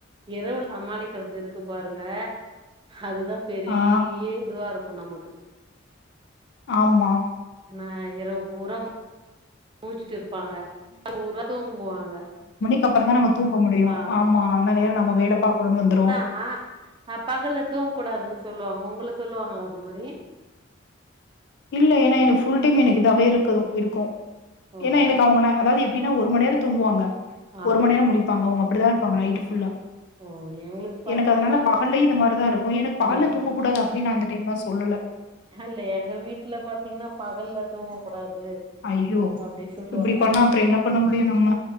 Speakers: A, on the right (about 25°); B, on the left (about 55°).
A: இரவு சமாளிக்கிறது இருக்கு பாருங்க அதுதா பெரிய
B: ஆ.
A: இதுவா இருக்கு நமக்கு
B: ஆமா
A: என்ன இரவு பூரா மூச்சுட்டு இருப்பாங்க பகல் பூரா தூங்குவாங்க
B: க்கபறந்தா நம்ம தூங்க முடியு
A: ஆ
B: ஆமா அந்த நேரொ நம்ம வேல பாக்கணுனு வந்துருவோ
A: ஆ அ பகல்ல தூங்க கூடாதுன் சொல்லுவாங்க உங்கள சொல்லுவாங்களா அது மாரி
B: இல்ல ஏன்னா எனக்கு ஃபுல் டைம் எனக்கு இதாவே இருக்குது இருக்கும்
A: ஓ
B: ஏன்னா எனக்கு அவங்க ம அதாவ்து எப்டின்னா ஒரு மண்நேரோ தூங்குவாங்க
A: ஆமா
B: ஒரு மண் நேரோ முழிப்பாங்க அவ்ங்க அப்டிதா இருப்பாங்க நைட் ஃபுல்லா
A: ஓ எங்களுக்கு பாத்தீங்கன்னா
B: எனக்கு அதனால பகல்லையு இந்த மாரிதா இருக்கு எனக்கு பகல்ல
A: ம்
B: தூங்கக் கூடாது அப் ப்டி நா அந்த டைம்லா சொல்லல
A: அல்ல எங்க வீட்ல பாத்தீங்கன்னா பகல்ல தூங்க கூடாது
B: ஐயோ
A: அப்டி சொல்வாங்க
B: இப்படி பண்ணா அப்புறம் என்ன பண்ண முடியும் நம்ம